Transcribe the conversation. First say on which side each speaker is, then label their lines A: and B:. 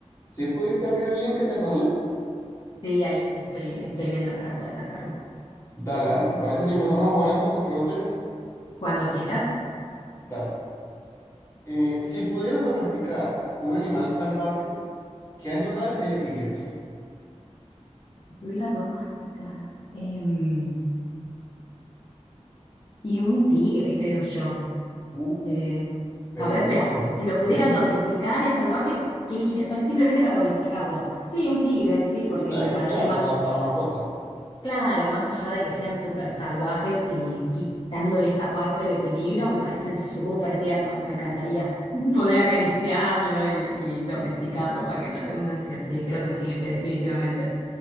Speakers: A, on the left; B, on the left.
A: Si pudiste abrir el link que te pasé,
B: Sí, ahí estoy, estoy viendo para poder hacerlo.
A: dale, dale. ¿Te parece si empezamos a jugar entonces? Pregunto yo.
B: Cuando quieras.
A: Dale. Eh, si pudieras domesticar un animal salvaje, ¿qué animal elegirías?
B: Si pudiera domesticar. em, y un tigre, creo yo.
A: Uh,
B: Eh,
A: peligroso.
B: a ver, espera.
A: <laughs>
B: Si lo pudiera domesticar es salvaje, ¿qué elegiría? Sol- simplemente para domesticarlo. Sí, un tigre, sí,
A: Sí,
B: porque
A: o sea,
B: me
A: que
B: parece
A: claro,
B: más.
A: para, para mascota.
B: Claro, más allá de que sean súper salvajes y quitándole esa parte de peligro, me parecen súper tiernos. Me encantaría <laughs> poder acariciarlo y, y domesticarlo, valga la redundancia. Sí, creo
A: Sa-
B: que un tigre, definitivamente.